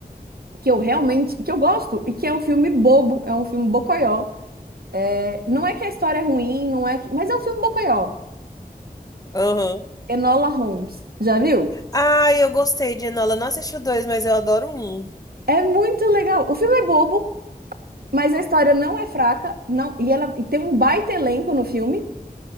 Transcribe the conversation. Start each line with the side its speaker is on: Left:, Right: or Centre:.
Right: que eu realmente, que eu gosto e que é um filme bobo, é um filme bocoió. É, Não é que a história é ruim, não é que, mas é um filme bocoió.
Left: Aham.
Right: Enola Holmes, já viu?
Left: Ah, eu gostei de Enola. Não assisti o dois, mas eu adoro um.
Right: É muito legal. O filme é bobo, mas a história não é fraca, não, e ela e tem um baita elenco no filme.